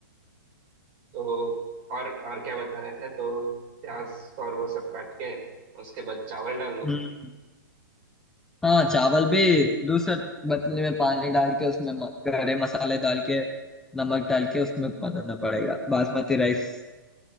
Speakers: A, on the right (about 30°); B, in the centre.
A: तो और और क्या बता रहे थे तो प्याज और वो सब काट के उसके बाद चावल डाल लो
B: हम्म हाँ चावल भी दूसरे बतले में पानी डाल के उसमें म- गरे मसाले डाल के नमक डाल के उसमें बनाना पड़ेगा बासमती राइस